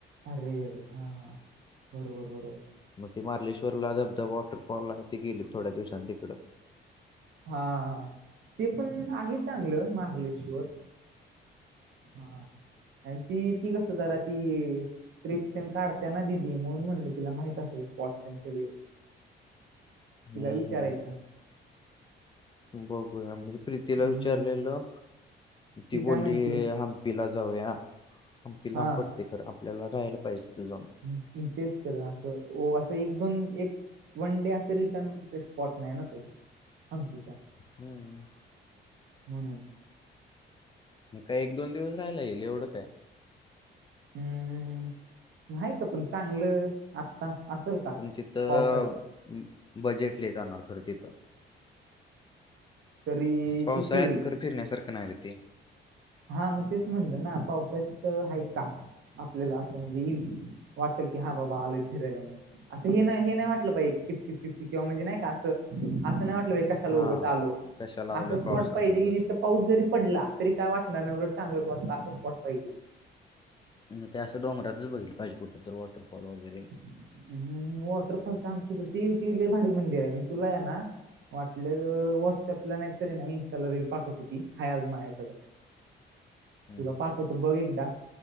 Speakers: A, on the right; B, on the left.
A: अरे रे हां हां, बरोबर बरोबर.
B: मग ते मार्लेश्वरला धबधबा वॉटरफॉल आहे, ते गेले थोड्या दिवसां तिकडं.
A: हा हा, ते पण आहे चांगलं, मार्लेश्वर. हां आणि ती, ती कस जरा ती. ट्रिप त्य काढते ना दिदी, म्हणून म्हणलं तिला माहित असल स्पॉट ते सगळे. तिला
B: हम्म
A: विचारायचा.
B: बघूया, म्हणजे प्रीतीला
A: हम्म
B: विचारलेलं, ती
A: काय
B: बोलली
A: म्हणती
B: हां म हंपीला जाऊया, हंपी
A: हां
B: लांब पडतय खरं आपल्याला, राहायला पाहिजे तीथ जाऊन.
A: इंटरेस्ट तर असं, ओ असं एक दोन एक वन डे असं रिटर्न ते स्पॉट नाही ना तो, हंपीचा.
B: हं.
A: म्हणून.
B: म काय एक दोन दिवस राहायला येईल, एवढं काय?
A: हम्म, म हाय का पण चांगलं आत्ता, असल का,
B: पण तिथं
A: पावसाळ्यात?
B: बजेट लई जाणार खरं तिथं.
A: तरी
B: पावसाळ्यात
A: किती होईल
B: खर फिरण्यासारखं नाय र ते.
A: हा मग तेच म्हणलं ना, पावसाळ्यात तीथ आहे का? आपल्याला असं म्हणजे येईल वाटल की, हा बाबा आलोय फिरायला म्हणून. असं हे नही हे नाही वाटलं पाहि कीचकीच किंवा म्हणजे नाही का असं, असं नाही वाटलं पाहिजे, कशाला
B: हा.
A: उगच आलो.
B: कशा लावलोय
A: असं स्पॉट
B: पावसात
A: पाहिजे
B: उगच.
A: कि जिथं पाऊस जरी पडला, तरी काय वाटणार नाही, उलट चांगलच वाटतं असं स्पॉट पाहिजे.
B: म ते असं डोंगरातच बघीतल पाहिजे, कुठं तर वॉटरफॉल वगैरे.
A: हम् वॉटरफॉल तर आमच्याकड ते-ते लय भारी मंदिर ये, मी तुलाये ना वाटलं अ व्हॉट्सअपला नाही तरी ना इंस्टाला रील पाठवतो ति हाय आज माझ्याकड. <inaudible>
B: हम्म
A: तुला
B: हम्म
A: पाठवतो बघ एकदा,